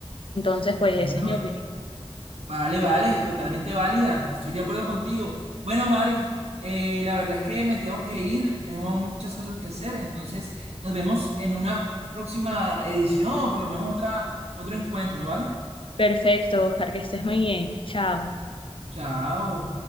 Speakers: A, on the left; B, on the right.
A: Entonces, pues
B: Bueno,
A: esa es mi opinión.
B: Vale, vale, totalmente válida. Estoy de acuerdo contigo. Bueno, Mari, eh, la verdad es que me tengo que ir. Tengo muchas cosas que hacer. Entonces, nos vemos en una próxima edición o por lo menos otra, otro encuentro, ¿vale?
A: Perfecto, Oscar, que estés muy bien. Chao.
B: Chao.